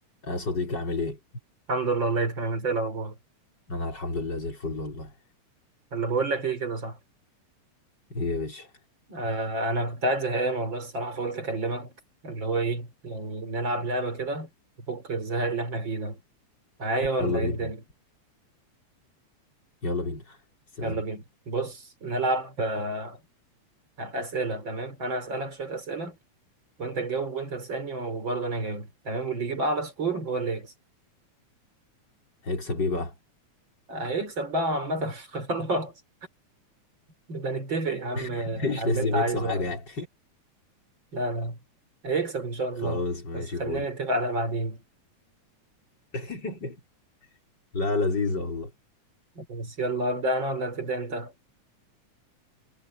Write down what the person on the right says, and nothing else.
الحمد لله والله تمام انت ايه الاخبار
اللي بقول لك ايه كده صح
آه انا كنت قاعد زهقان والله الصراحه فقلت اكلمك اللي هو ايه يعني نلعب لعبه كده تفك الزهق اللي احنا فيه ده معايا ولا
ايه
الدنيا
يلا بينا بص نلعب آه اسئله تمام انا اسالك شويه اسئله وانت تجاوب وانت تسالني وبرضه انا اجاوب تمام واللي يجيب اعلى سكور هو اللي يكسب
هيكسب بقى عامه <laughs> خلاص نبقى نتفق يا عم
آه،
على
اللي انت عايزه
بعدين
لا لا هيكسب ان شاء الله
بس خلينا
نتفق على بعدين
خلاص يلا أبدأ أنا ولا هتبدأ أنت؟